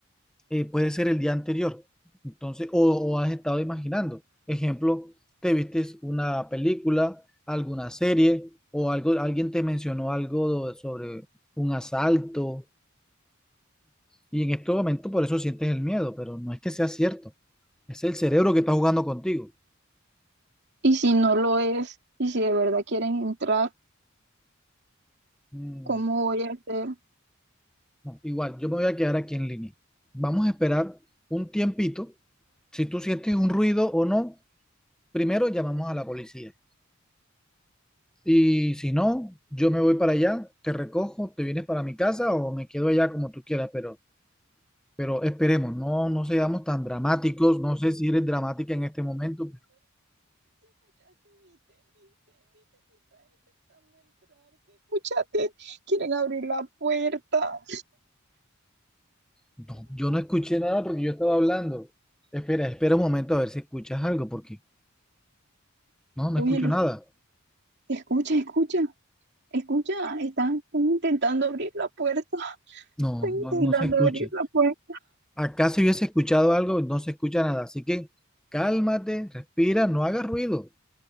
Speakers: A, in the centre; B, on the right.
A: eh, puede ser el día anterior, entonces, o, o has estado imaginando. Ejemplo, te vistes una película, alguna serie, o algo, alguien te mencionó algo do- sobre un asalto, y en este momento por eso sientes el miedo, pero no es que sea cierto, es el cerebro que está jugando contigo.
B: Y si no lo es, y si de verdad quieren entrar,
A: Mm.
B: ¿cómo voy a hacer?
A: No, igual, yo me voy a quedar aquí en línea. Vamos a esperar un tiempito. Si tú sientes un ruido o no, primero llamamos a la policía. Y si no, yo me voy para allá, te recojo, te vienes para mi casa o me quedo allá como tú quieras, pero, pero esperemos, no, no seamos tan dramáticos. No sé si eres dramática en este momento, pero
B: <laughs> Quieren abrir la puerta.
A: no, yo no escuché nada porque yo estaba hablando. Espera, espera un momento a ver si escuchas algo, porque no, no
B: Óyelo,
A: escucho nada.
B: escucha, escucha, escucha, están están intentando abrir la puerta, <laughs>
A: No,
B: están
A: no,
B: intentando
A: no se escucha.
B: abrir la puerta.
A: Acá si hubiese escuchado algo, no se escucha nada. Así que cálmate, respira, no hagas ruido.